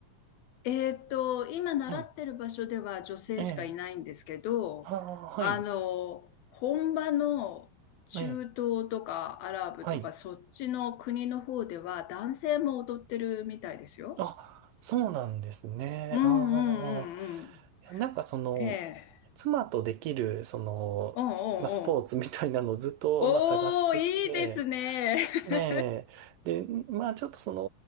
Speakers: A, on the left; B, on the right.
A: えっと、今習ってる場所では女性しかいないんですけど、
B: はい。ええ。ああ、
A: あの、
B: はい。
A: 本場の中東とかアラブとかそっちの国の方では男性も踊ってるみたいですよ。
B: ええ。はい。あ、そうなんですね。
A: うんうんうんうん。
B: ああ。いや、なんかその、
A: ねえ。
B: 妻とできる、その、
A: うんうんうん。
B: まあ、スポーツみたいなのをずっと、
A: おー、
B: まあ、探してて、
A: いいですね。<laughs>
B: ええで、まあちょっとその、